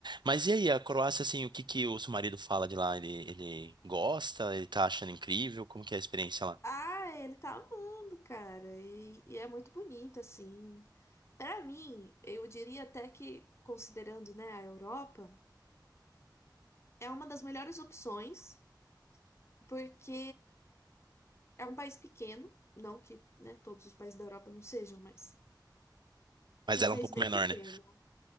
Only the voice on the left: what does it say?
Ah, ele tá amando, cara. E, e é muito bonito, assim. Pra mim, eu diria até que, considerando, né, a Europa, é uma das melhores opções, porque é um país pequeno. Não que, né, todos os países da Europa não sejam, mas
é
um país
bem
pequeno.